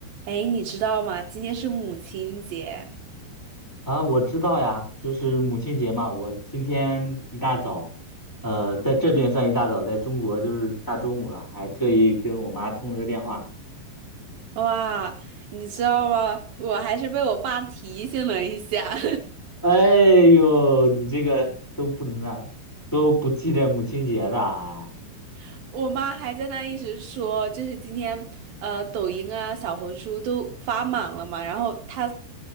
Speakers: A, on the right; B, in the centre.
A: 哎，你知道吗？今天是母亲节，
B: 啊，我知道呀，就是母亲节嘛。我今天一大早，呃，在这边算一大早，在中国就是大中午了，还特意跟我妈通了个电话。
A: 哇，你知道吗？我还是被我爸提醒了一下，
B: 哎呦，你这个都不能啊，都不记着母亲节的啊？
A: <laughs> 我妈还在那一直说，就是今天呃，抖音啊、小红书都发满了嘛，然后她